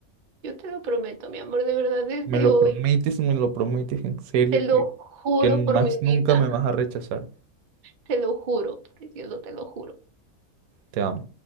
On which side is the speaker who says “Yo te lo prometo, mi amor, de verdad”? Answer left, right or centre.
Right